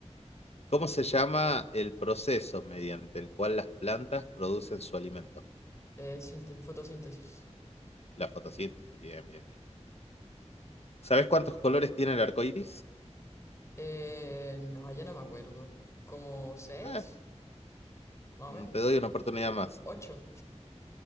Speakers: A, on the left (about 60°); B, on the left (about 25°).
A: ¿Cómo se llama el proceso mediante el cual las plantas producen su alimento?
B: Eh, sínte- fotosíntesis.
A: La fotosíntesis, bien, bien, bien. ¿Sabes cuántos colores tiene el arco iris?
B: Eh, no, allá no me acuerdo. ¿Como seis?
A: Ah,
B: Más
A: mm,
B: o menos.
A: te doy una oportunidad más.
B: ¿Ocho?